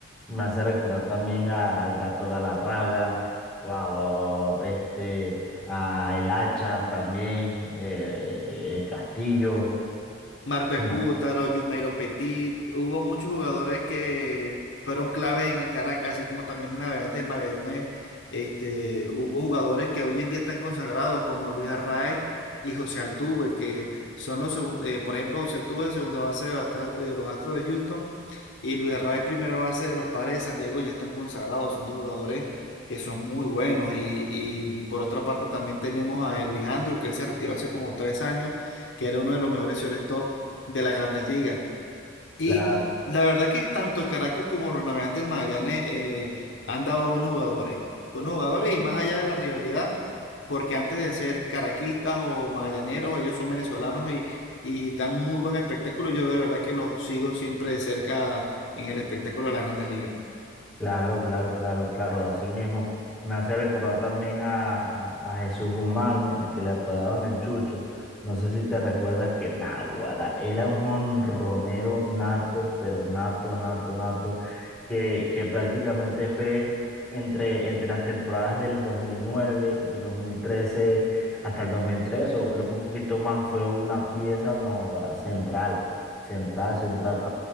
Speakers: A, in the centre; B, on the left.
A: Me hace recordar también a- al Gato Galarraga, wow, wow, wow, wow, este a El Hacha también, eh, eh, Castillo.
B: Marco Escútaro,
A: Mm.
B: Yusmeiro Petit, hubo muchos jugadores que fueron claves en el Caracas, así como también en Navegantes del Magallanes. Este, hubo jugadores que hoy en día están consagrados, como Luis Arraez y José Altuve, que son los segundos, por ejemplo, José Altuve, segunda base de, las Ast- de los Astros de Houston, y Luis Arraez, primera base de los Padres de San Diego, ya están consagrados, son dos jugadores que son muy buenos. Y, y por otra parte, también teníamos a Elvis Andrus, que él se retiró hace como tres años, que era uno de los mejores shortstop de las grandes ligas. Y
A: La,
B: la verdad que tanto el Caracas como los Navegantes del Magallanes eh, han dado buenos jugadores, buenos jugadores y más allá de la rivalidad, porque antes de ser caraquistas o magallaneros, ellos son venezolanos y, y dan muy buen espectáculo. Yo de verdad que los sigo siempre de cerca en el espectáculo de las grandes ligas.
A: Claro, claro, claro, claro, así mismo. Me hace recordar también a, a- a Jesús Guzmán, el que le apodaban el Chucho. No sé si te recuerdas que Náguara era un jonronero nato, pero nato, nato, nato, que, que prácticamente fue entre, entre las temporadas del 2009 y 2013 hasta el dos mil tres o creo que un poquito más, fue una pieza Náguara central, central, central